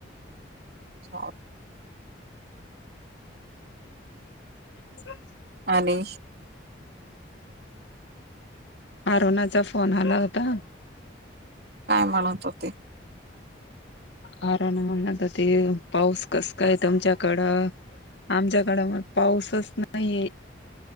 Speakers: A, on the right; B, on the left.
A: सॉरी.
B: अच्ा
A: आणि
B: अरुणाचा फोन आला होता
A: काय म्हणत हो ते
B: हरा ना म्ह तर ते पाऊस कस काय तुमच्याकडं आमच्याकडे मग पाऊसच नाहीे